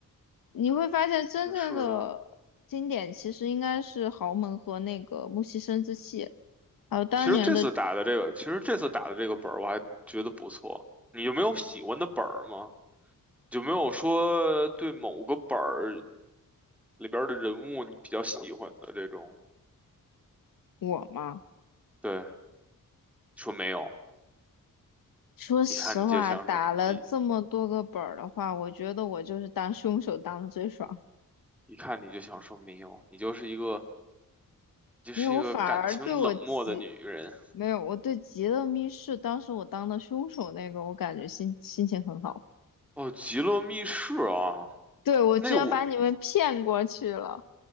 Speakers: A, on the left; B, in the centre.
A: 你会发现，真正的经典其实应该是豪门和那个木西生之戏，
B: 是的，
A: 还有当年的
B: 其实这次打的这个，其实这次打的这个本儿我还觉得不错，你就没有喜欢的本儿吗？有没有说对某个本儿里边儿的人物你比较喜欢的这种？
A: 我嘛。
B: 对，说没有，
A: 说实话，
B: 一看你就想说一
A: 打了这么多个本儿的话，我觉得我就是当凶手当的最爽。
B: 一看你就想说没有，你就是一个你就是一个感情冷漠的女人。
A: 没有，我反而对我急，没有，我对极乐密室当时我当的凶手那个，我感觉心心情很好。
B: 哦，《极乐密室》啊，
A: 对，我居然把你们骗过去了，
B: 那个我